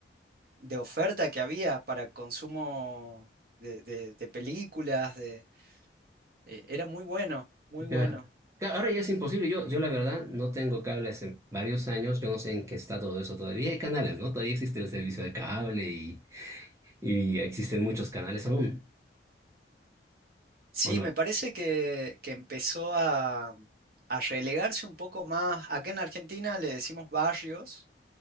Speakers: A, on the right; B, on the right.
A: de oferta que había para consumo de, de- de películas. De, eh, era muy bueno, muy bueno.
B: Ya. Ca- Ahora ya es imposible. Yo, yo la verdad no tengo cable hace varios años. Yo no sé en qué está todo eso todavía. Hay canales, ¿no? Todavía existe el servicio de cable y, y existen muchos canales aún,
A: Sí,
B: ¿o no?
A: me parece que, que empezó a, a relegarse un poco más. Acá en Argentina le decimos barrios.